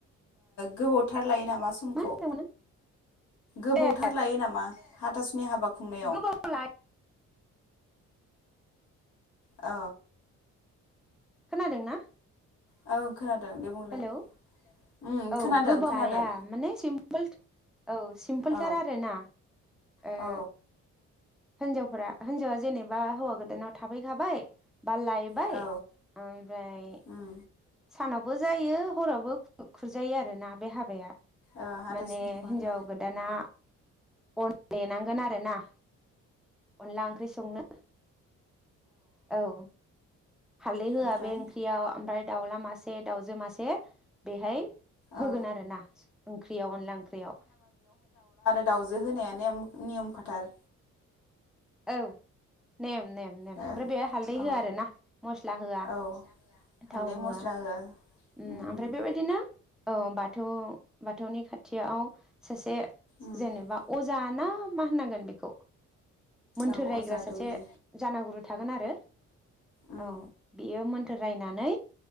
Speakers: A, on the left (about 75°); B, in the centre.
A: गोबावथार लायो नामा समखौ,
B: मा होनदोंमोन
A: गोबावथार
B: ए
A: लायो नामा? हाथासुनि हाबा खुंनायाव।
B: गोबाव लायो
A: औ।
B: खोनादों ना?
A: औ। खोनादों दे बुंलाय
B: हेलौ
A: उम
B: औ
A: खोनादों
B: गोबावाया
A: खोनादों
B: माने सिमपोल औ सिम्पोलथार
A: औ
B: आरोना ओ।
A: औ
B: हिनजावफोरा हिनजावा जेनेबा हौवा गोदानाव थाफैखाबाय बा लायबाय
A: औ
B: ओमफ्राय
A: उम
B: सानावबो जायो हरावबो खुरजायो आरो ना बे हाबाया।
A: ओ हाथासुनिखौ
B: माने
A: आरो
B: हिनजाव गोदाना अन देनांगोन आरोना। अनला ओंख्रि संनो औ हालदै होआ
A: ओमफ्राय
B: बे ओंख्रियाव ओमफ्राय दाउला मासे से दाउजो मासे बेहाय
A: औ
B: होगोन आरो ना ओंख्रियाव अनला ओंख्रियाव।
A: दाावजो होनाया नियम खाथार
B: औ। नेम नेम नेम
A: ओ
B: ओमफ्राय बे हालदै
A: औ
B: होआ आरो ना मस्ला होआ
A: औ हालदै
B: थाव होआ।
A: मस्ला
B: ओम
A: उम
B: ओमफ्राय
A: उम
B: बेबायदिनो औ बाथौ बाथौनि खाथियाव सासे
A: उम
B: जेनेबा अज जाना मा होननांगोन बेखौ? मोन्थोर
A: औ
B: रायग्रा
A: अजा
B: सासे
A: दौरि
B: जानागुरु थागोन आरो।
A: उम
B: औ बेयो मोनथो रायनानै